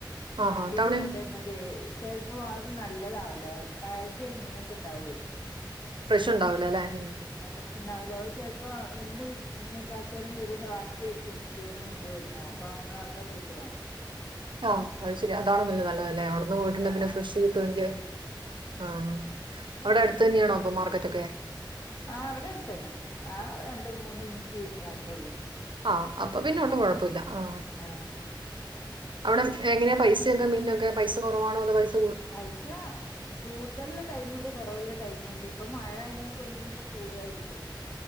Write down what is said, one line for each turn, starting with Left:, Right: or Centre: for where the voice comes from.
Right: ആഹാ
Left: വണ്ടീല്
Right: തവണ
Left: കോണ്ടേ ണതെ ചെൽപ്പോ അത് നല്ലതാവുല പയകിയ മീനൊക്ക ഇണ്ടാവെ
Right: ഫ്രഷു ഇണ്ടാവുല ലെ ഉം
Left: ആ് പ്രശ്നണ്ടാവൂല ഓൽ ചെൽപ്പോ ഇന്ന് വിറ്റ് ഇന്ന് കച്ചോടം ചെയ്തീൻ്റെ വാക്യായ്ര്ക്കും പിറ്റേന്ന് കൊണ്ടുവര്ന്നെ അപ്പ് പ്പ അമ്മള അവടെ പോയി്ട്ട് വാങ്ങും
Right: ആഹ് അയ് ശരി അതാണ് നല്ലതല്ലതല്ലേ അവുട്ന്ന് പോയിട്ടുണ്ടേ
Left: ആഹ്
Right: പിന്നെ ഫ്രഷ്
Left: അതാ
Right: കിട്ടുവെങ്കി
Left: നല്ലത്
Right: ആ അവിടെ അടുത്തന്യാണോ അപ്പൊ മാർക്കറ്റൊക്കെ
Left: ആ ഇവിടാട്തന്നെ ആ രണ്ട് മൂന്ന് മിൻറ്റ് യാത്രോള്ളു
Right: ആഹ് അപ്പൊ പിന്നോട്ടും കൊഴുപ്പൊല്ല ആ
Left: ആഹ്
Right: അവിടെ എങ്ങനെയ പൈസോക്കെ മീൻനൊക്കെ പൈസ കൊറവാണോ അതോ പൈസ്
Left: പൈസാ അപ് കൂടുതൽല്ല ടൈമുണ്ട് കൊറവ്ള്ള ടൈമുണ്ട് ഇപ്പൊ മയ ആയ്നേക്കോണ്ട്ഞ്ഞിപ്പോ കൂടായെര്ക്കും